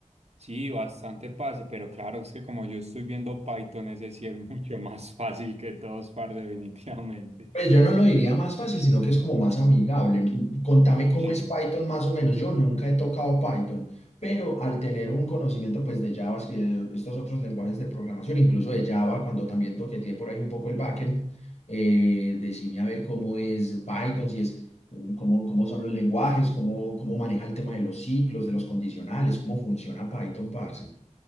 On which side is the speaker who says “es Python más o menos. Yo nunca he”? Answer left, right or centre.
Left